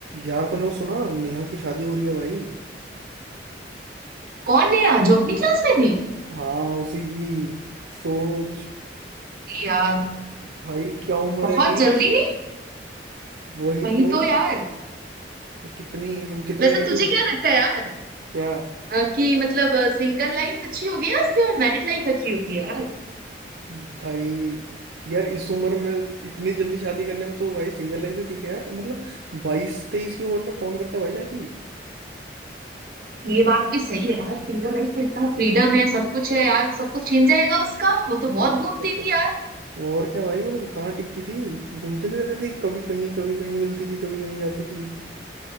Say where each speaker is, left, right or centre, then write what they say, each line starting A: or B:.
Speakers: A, on the right (about 80°); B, on the right (about 55°).
A: यार तूने वो सुना नेहा की शादी हो रही है भाई
B: कौन नेहा जो अपनी क्लास में थी
A: हाँ उसी की सोच
B: अरे यार
A: भाई क्या उम्र
B: बहुत
A: है अभी
B: जल्दी नहीं
A: वही
B: वही
A: तो
B: तो यार
A: कितनी हम कितने
B: वैसे
A: के अभी
B: तुझे क्या लगता है यार
A: क्या
B: अ, कि मतलब सिंगल लाइफ अच्छी होगी या सिर्फ मैरिड लाइफ अच्छी होती है यार
A: भाई यार इस उम्र में इतनी जल्दी शादी करने में तो भाई सिंगल लाइफ ही ठीक है यार मतलब बाईस तेईस की उम्र में कौन करता है भाई शादी
B: ये बात भी सही है यार सिंगल लाइफ में इतना फ्रीडम है सब कुछ है यार सब कुछ छिन जाएगा उसका वो तो बहुत
A: कभी करता
B: घूमती
A: है।
B: थी यार
A: और क्या भाई वो कहाँ टिकती थी घूमती नहीं रहती थी कभी कहीं कभी कहीं मिलती थी कभी कहीं जाती थी